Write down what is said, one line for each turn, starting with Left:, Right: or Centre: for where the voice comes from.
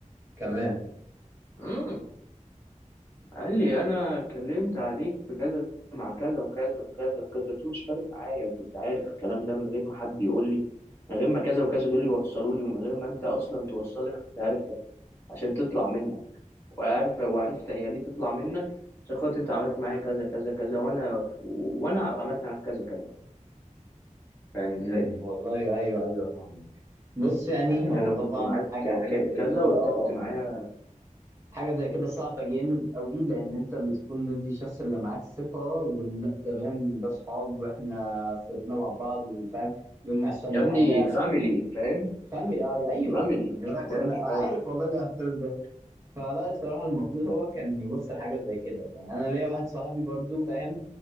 Right: كمان
Left: لي قال لي انا اتكلمت عليك في كذا مع كذا وكذا وكذا وكذا قلت له مش فارق معايا وكنت عارف الكلام ده من غير ما حد يقول لي من غير ما كذا وكذا دول يوصلوا لي ومن غير ما انت اصلا توصل لي انا كنت عارف ده عشان تطلع منك وعارف وعرفت هي ليه تطلع منك عشان خاطر انت عملت معايا كذا كذا كذا وانا وانا عملت معاك كذا كذا فاهم ازاي
Right: امم والله ايوه ايوه فاهمك بص يعني
Left: يعني
Right: هو
Left: انا
Right: طبعا
Left: كنت معاك
Right: حاجة
Left: ك-
Right: حاجة زي
Left: كذا
Right: كده
Left: وانت
Right: اه
Left: كنت معايا
Right: حاجة زي كده صعبة جامد قوي لأن أنت بتكون مدي الشخص اللي معاك ثقة وإن لأ تمام ده صحاب وإحنا سرنا مع بعض وفاهم يوم ما يحصل
Left: يا
Right: لي
Left: ابني
Right: حاجة
Left: فاميلي فاهم
Right: فاهم آه، أيوه
Left: فاميلي
Right: يعني أنا
Left: مش مجرد
Right: كان عارف
Left: صحاب
Right: والله الإحساس ده فلا الصراحة المفروض هو كان يبص لحاجة زي كده يعني أنا ليا واحد صاحبي برضو فاهم